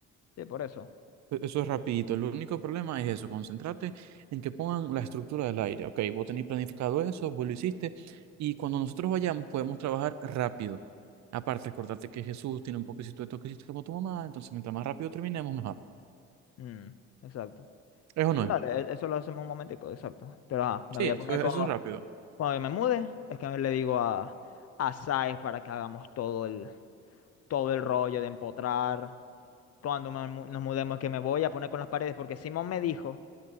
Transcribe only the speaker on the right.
E- Eso es rapidito. El único problema es eso, concentrate en que pongan la estructura del aire. Ok, vos tenés planificado eso, vos lo hiciste, y cuando nosotros vayamos podemos trabajar rápido. Aparte, acordate que Jesús tiene un poquito de toquecito como tu mamá, entonces mientras más rápido terminemos, mejor.
¿Eso
no
es?
Sí,
eso es,
eso es rápido.